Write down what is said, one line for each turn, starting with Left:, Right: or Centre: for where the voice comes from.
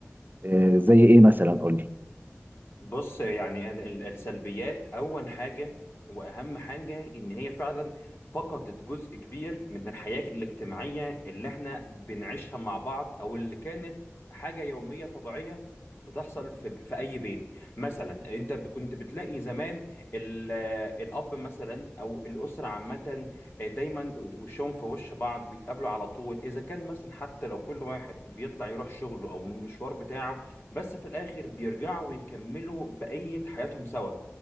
Right: آه، زي ايه مثلا قول لي
Left: بص يعني أنا ال- السلبيات اول حاجه واهم حاجه ان هي فعلا فقدت جزء كبير من الحياه الاجتماعيه اللي احنا بنعيشها مع بعض او اللي كانت حاجه يوميه طبيعيه بتحصل في في اي بيت مثلا انت ب- كنت بتلاقي زمان ال- الاب مثلا او الاسره عامه دايما وشهم في وش بعض بيتقابلوا على طول اذا كان مثلا حتى لو كل واحد بيطلع يروح شغله او المشوار بتاعه بس في الآخر بيرجعوا ويكملوا بقية حياتهم سوا